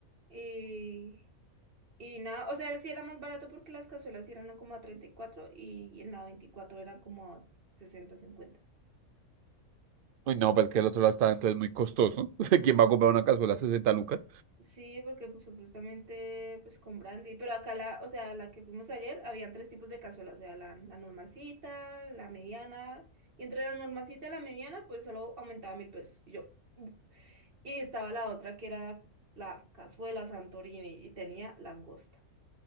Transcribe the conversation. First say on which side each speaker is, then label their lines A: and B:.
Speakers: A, on the right; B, on the right.
A: Y, y nada, o sea, era- sí era más barato porque las cazuelas sí eran como a treinta y cuatro y en la 24 eran como a 60, 50.
B: Uy, no, pero es que el otro lado está entonces muy costoso. <laughs> o sea
A: <clears throat>
B: ¿Quién va a comprar una cazuela a 60 lucas?
A: Sí, porque pues, supuestamente pues con brandy, pero acá la, o sea, la que fuimos ayer, habían tres tipos de cazuela, o sea, la, la normalcita, la mediana, y entre la normalcita y la mediana, pues solo aumentaba mil pesos. Y yo, "Mm". y estaba la otra que era la cazuela Santorini y tenía langosta.